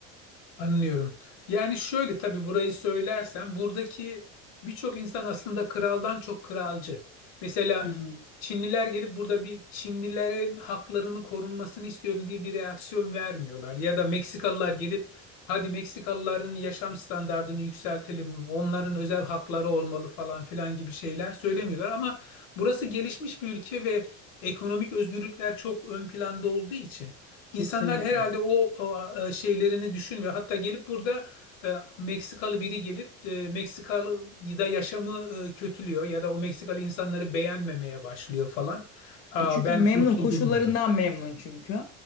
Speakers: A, on the left; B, on the left.
A: Anlıyorum. Yani şöyle tabii burayı söylersem buradaki birçok insan aslında kraldan çok kralcı. Mesela
B: Hı hı.
A: Çinliler gelip burada bir Çinlilerin haklarını korunmasını istiyorum diye bir reaksiyon vermiyorlar. Ya da Meksikalılar gelip hadi Meksikalıların yaşam standartını yükseltelim, onların özel hakları olmalı falan filan gibi şeyler söylemiyorlar. Ama burası gelişmiş bir ülke ve ekonomik özgürlükler çok ön planda olduğu için.
B: Kesinlikle.
A: İnsanlar herhalde o, o, e, şeylerini düşünmüyor. Hatta gelip burada e, Meksikalı biri gelip e, Meksikalı da yaşamı e, kötülüyor ya da o Meksikalı insanları beğenmemeye başlıyor falan. Aa,
B: E çünkü
A: ben
B: memnun,
A: kurtuldum
B: koşullarından
A: gibi.
B: memnun çünkü.